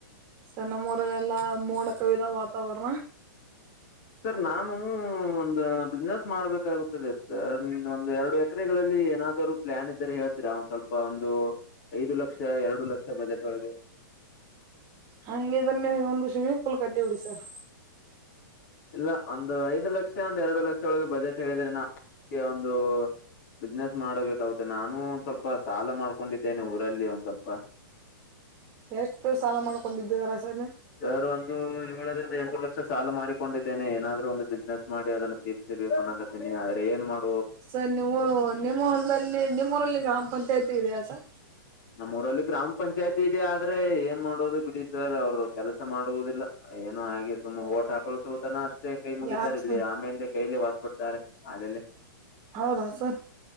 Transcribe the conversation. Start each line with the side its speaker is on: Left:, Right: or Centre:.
Right: ಸರ್ ನಮ್ಮೂರಲ್ಲಿ ಎಲ್ಲಾ ಮೋಡ ಕವಿದ ವಾತಾವರಣ
Left: ಸರ್ ನಾನು ಒಂದು ಬಿಸ್ನೆಸ್ ಮಾಡ್ಬೇಕಾಗುತ್ತತ್ತದೆ ಸರ್ ಒಂದು ಎರಡು ಎಕರೆಗಳಲ್ಲಿ ಏನಾದರೂ ಪ್ಲಾನ್ ಇದ್ದರೆ ಹೇಳ್ತೀರಾ ಒಂದ ಸ್ವಲ್ಪ ಒಂದು ಐದು ಲಕ್ಷಾ ಎರಡು ಲಕ್ಷಾ ಬಜೆಟ್ ಒಳಗೆ.
Right: ಹಂಗಗಿದ್ರೆ ನೀವು ಒಂದು ಸ್ವಿಮ್ಮಿಂಗ್ ಪೂಲ್ ಕೊಟ್ಟಿಬಿಡಿ ಸರ್
Left: ಇಲ್ಲಾ ಒಂದು ಐದ್ ಲಕ್ಷಾ ಒಂದ ಎರಡು ಲಕ್ಷಾ ಒಳಗೆ ಬಜೆಟ್ ಹೇಳಿದರೇ ನಾ ನ್ ಒಂದು ಬಿಸ್ನೆಸ್ ಮಾಡಬೇಕಾಗುತ್ತೆ ನಾನು ಒಂದ ಸ್ವಲ್ಪ ಸಾಲ ಮಾಡ್ಕೊಂಡಿದ್ದೇನೆ ಊರಲ್ಲಿ ಒಂದ್ ಸ್ವಲ್ಪ.
Right: ಎಷ್ಟು ಸಾಲ ಮಾಡ್ಕೊಂಡಿದ್ದಿರಾ ಸರ್
Left: ಸರ್ ಒಂದು ಏಳರಿಂದ ಎಂಟು ಲಕ್ಷ ಸಾಲ ಮಾಡಿಕೊಂಡಿದ್ದೇನೆ ಏನಾದ್ರೂ ಒಂದು ಬಿಸ್ನೆಸ್ ಮಾಡಿ ಅದನ್ನು ತಿರಿಸ ಬೇಕು ಅನ್ನಾಕತೀನಿ ಆದ್ರೆ ಏನ್ ಮಾಡದ
Right: ಸರ್ ನೀವು ನಿಮ್ಮ ಹೊಲ್ಲದಲ್ಲಿ ನಿಮ್ಮೂಊರಲ್ಲಿ ಗ್ರಾಮ ಪಂಚಾಯತಿ ಇದೆಯಾ ಸರ್
Left: ನಮ್ಮೂಊರಲ್ಲಿ ಗ್ರಾಮ ಪಂಚಾಯ್ತಿ ಇದೆ ಆದ್ರೆ ಏನ್ ಮಾಡೋದು ಬಿಡಿ ಸರ್ ಅವರು ಕೆಲಸ ಮಾಡುವುದಿಲ್ಲ ಏನೋ ಹಾಗೆ ಸುಮ್ಮ ಓಟ್ ಹಾಕೊಳ್ಸ ತನ ಅಷ್ಟೇ ಕೈ ಮುಗಿತಾರ
Right: ಯಾಕೆ
Left: ಇಲ್ಲಿ
Right: ಸರ್
Left: ಆಮೇಲೆ ಕೈಲೆ ಹೊದ್ಬಿಡ್ತಾರೆ ಅೇಲೆ
Right: ಹೌದಾ ಸರ್